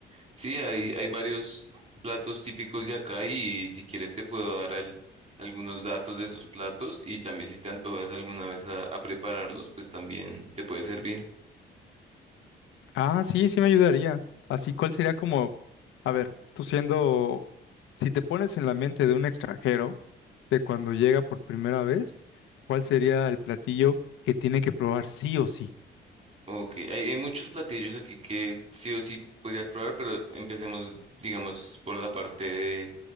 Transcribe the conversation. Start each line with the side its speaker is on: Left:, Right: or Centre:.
Right: Sí, hay, hay varios platos típicos de acá y si quieres te puedo dar al- algunos datos de esos platos y también si te antojas alguna vez a, a prepararlos, pues también te puede servir.
Left: Ah, sí, sí me ayudaría. Así, ¿cuál sería como, a ver, tú siendo, si te pones en la mente de un extranjero, de cuando llega por primera vez, ¿cuál sería el platillo que tiene que probar sí o sí?
Right: Ok, hay, hay muchos platillos aquí que sí o sí podrías probar, pero empecemos, digamos, por la parte de,